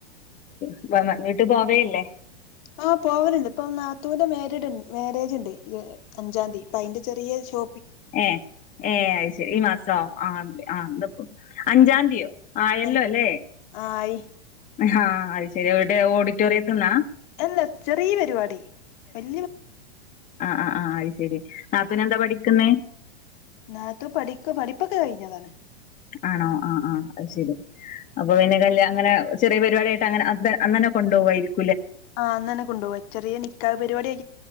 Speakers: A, on the left (about 25°); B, on the left (about 50°).
A: <unintelligible> ങ്ങീട്ട് പോവേല്ലേ
B: ആ പോവലുണ്ട് ഇപ്പൊ നാത്തുവിന്റെ മഡ് മാരേജ് ഇണ്ട് അഞ്ചാം തീ പ്പൊ അതിന്റെ ചെറിയ ഷോ
A: ഏ ഏ അയ് ശരി ഈ മാസോ ആ ആ ഇന്നിപ്പം അഞ്ചാ തിയോ ആയല്ലോ
B: ആഹ്
A: അല്ലേ?
B: ആയി
A: ആഹ് അയ്ശരി എവിടെ ഓഡിറ്റോറിയത്തിന്നാ?
B: അല്ല ചെറിയ പരിപാടി വല്യ
A: ആഹ് ആ ആ അയ്ശരി നാത്തുൻ എന്താ പഠിക്കുന്നേ?
B: നാത്തൂൻ പഠിക്കാ പഠിപ്പൊക്കെ കഴിഞ്ഞതാ.
A: ആണോ ആ ആ അത് ശരി. അപ്പൊ പിന്നെ കല്യാ അങ്ങെനെ ചെിയ പരിപാടിയായിട്ട് അങ്ങനെ അന്നന്നെ കൊണ്ടവായിരികും.
B: ആഹ് അന്നന്നെ കൊണ്ടുവാ ചെറിയ നികാഹ് പരിപാടിയ